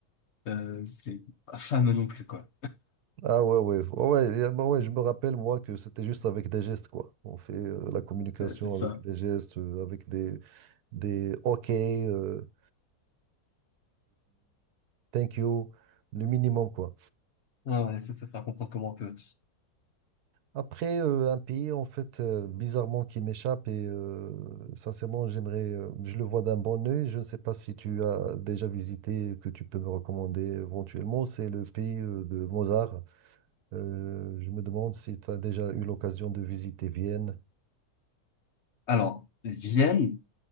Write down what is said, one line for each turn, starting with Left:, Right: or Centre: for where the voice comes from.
Left: Euh, c'est pas fameux non plus quoi.
Right: Ah ouais, ouais, ouais, ouais, y bah ouais, je me rappelle, moi, que c'était juste avec des gestes, quoi. On fait euh, la communication
Left: Euh, c'est ça.
Right: avec des gestes, euh, avec des, des OK. euh, Thank you, le minimum, quoi.
Left: Ah ouais, c'est ça, ça comprendre comment on peut.
Right: Après, euh, un pays, en fait, euh, bizarrement, qui m'échappe, et euh, sincèrement, j'aimerais, euh, je le vois d'un bon œil. Je ne sais pas si tu as déjà visité, que tu peux me recommander éventuellement, c'est le pays euh, de Mozart. Euh, je me demande si tu as déjà eu l'occasion de visiter Vienne.
Left: Alors Vienne.